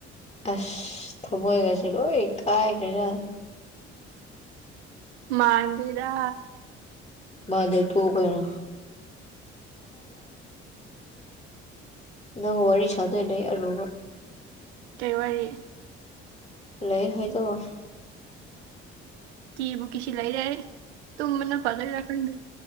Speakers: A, on the left (about 20°); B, on the right (about 85°).
A: ꯑꯁ ꯊꯃꯣꯏꯒꯁꯨꯦ ꯂꯣꯏ ꯀꯥꯏꯈ꯭ꯔꯦꯖ
B: ꯃꯥꯡꯖꯤꯗꯥ
A: ꯃꯥꯗ ꯇꯨ ꯀꯩꯅ ꯅꯪ ꯋꯥꯔꯤ ꯁꯥꯗꯣꯏ ꯂꯩ ꯑꯔꯨꯕ
B: ꯀꯩꯋꯥꯔꯤ
A: ꯂꯩ ꯍꯣꯏꯗꯣ
B: ꯀꯤꯕꯨ ꯀꯤꯁꯤ ꯂꯩꯔꯦ ꯇꯨꯝꯕꯅ ꯐꯗꯣꯏꯔꯥ ꯈꯪꯗꯦ